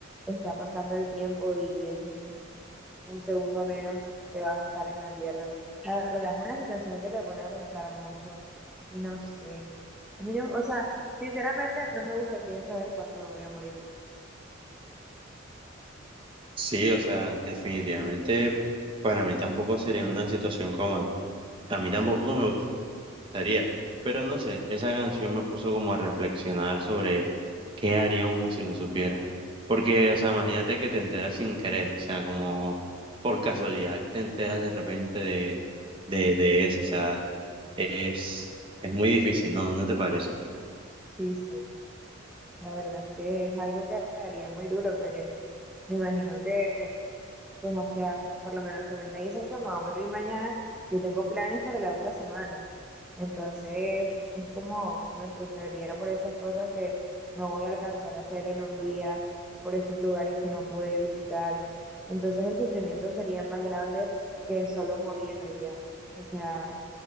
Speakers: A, in the centre; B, on the right.
A: está pasando el tiempo y es un, un segundo menos que vas a estar en la tierra. La verdad es una situación que te pone a pensar mucho y no sé. A mí no, o sea, sinceramente no me gustaría saber cuándo me voy a morir.
B: Sí, o sea, definitivamente para mí tampoco sería una situación cómoda. A mí tampoco me estaría. Pero no sé, esa canción me puso como a reflexionar sobre qué haría uno si lo supiera. Porque, o sea, imagínate que te enteras sin querer, o sea, como por casualidad te enteras de repente de, de, de eso, o sea, es, es muy difícil, ¿no? ¿No te parece?
A: Sí, sí, la verdad es que es algo que daría muy duro porque me imagino que Pues, o sea, por lo menos si a mí me dicen que me voy a ir mañana, yo tengo planes para la otra semana. Entonces, es como me frustraría por esas cosas que no voy a alcanzar a hacer en un día, por esos lugares que no pude visitar. Entonces, el sufrimiento sería más grande que solo morirme y ya. O sea,